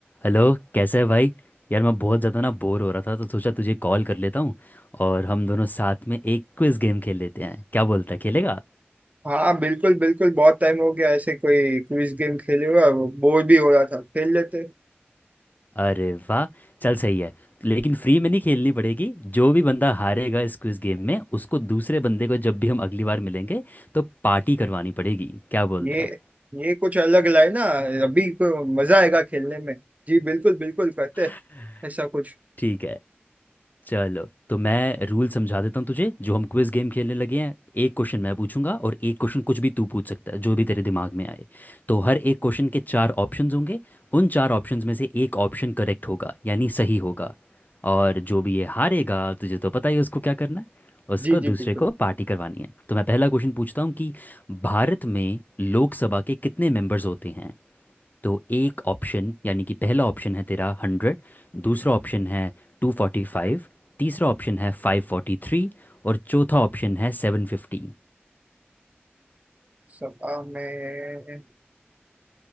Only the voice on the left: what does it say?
Hello कैसा है भाई यार मैं बहुत ज़्यादा ना बोर हो रहा था तो सोचा तुझे कॉल कर लेता हूँ और हम दोनों साथ में एक क्विज गेम खेल लेते हैं क्या बोलता है खेलेगा
अरे वाह चल सही है लेकिन फ्री में नहीं खेलनी पड़ेगी जो भी बंदा हारेगा इस क्विज गेम में उसको दूसरे बंदे को जब भी हम अगली बार मिलेंगे तो पार्टी करवानी पड़ेगी क्या बोलता
है
<laughs>
ठीक है चलो तो मैं रूल समझा देता हूँ तुझे जो हम क्विज गेम खेलने लगे हैं एक क्वेश्चन मैं पूछूंगा और एक क्वेश्चन कुछ भी तू पूछ सकता है जो भी तेरे दिमाग में आए तो हर एक क्वेश्चन के चार ऑप्शंस होंगे उन चार ऑप्शंस में से एक ऑप्शन करेक्ट होगा यानी सही होगा और जो भी ये हारेगा तुझे तो पता ही है उसको क्या करना है उसको
दूसरे
को पार्टी करवानी है तो मैं पहला क्वेश्चन पूछता हूँ कि भारत में लोकसभा के कितने मेंबर्स होते हैं तो एक ऑप्शन यानी कि पहला ऑप्शन है तेरा हंड्रेड दूसरा ऑप्शन है टू फोर्टी फाइव तीसरा ऑप्शन है फाइव फोर्टी थ्री और चौथा ऑप्शन है सेवन फिफ्टी